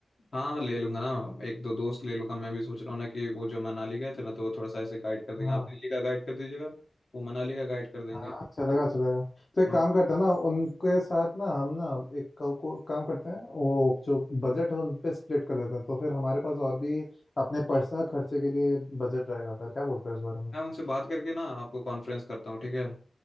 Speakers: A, on the left; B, on the left.
A: हाँ ले लूंगा ना एक दो दोस्त ले लूंगा मैं भी सोच रहा हूँ ना कि वो जो मनाली गए थे ना तो वो थोड़ा सा ऐसे गाइड कर देंगे
B: हाँ
A: आप दिल्ली का गाइड कर दीजिएगा वो मनाली का गाइड कर देंगे
B: हाँ
A: फिर
B: चलेगा चलेगा तो एक
A: हम
B: काम करते हैं ना उनके साथ ना हम ना एक को, को, काम करते हैं वो जो बजट है उन पे स्प्लिट कर देते हैं तो फिर हमारे पास और भी अपने पर्सनल खर्चे के लिए बजट रहेगा फिर क्या बोलते हैं इस बारे में
A: मैं उनसे बात करके ना आपको कॉन्फ्रेंस करता हूँ ठीक है